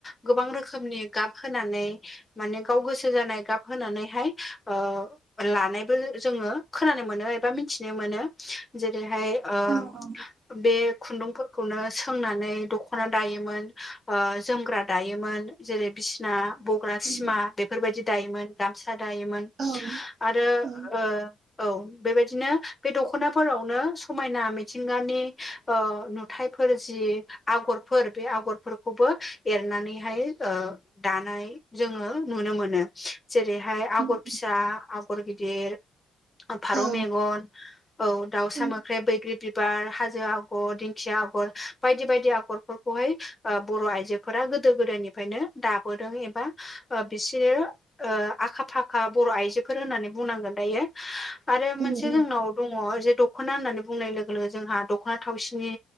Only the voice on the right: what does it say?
नों औ औ
उम
औ
औ
उम
औ
उम
उम
उम